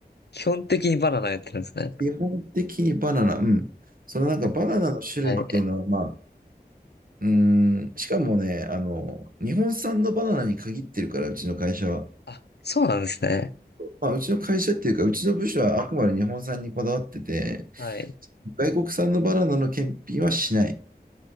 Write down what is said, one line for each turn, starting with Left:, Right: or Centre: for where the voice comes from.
Left: 基本的にバナナやってるんですね。
Right: 基本的にバナナ、うん。そのなんかバナナの種類っていうのは、
Left: うんはい。
Right: まあ、うーん、しかもね、あの、日本産のバナナに限ってるから、うちの会社は。
Left: あ、そうなんですね。
Right: まあ、うちの会社っていうか、うちの部署はあくまで日本産にこだわってて、
Left: はい。
Right: 外国産のバナナの検品はしない。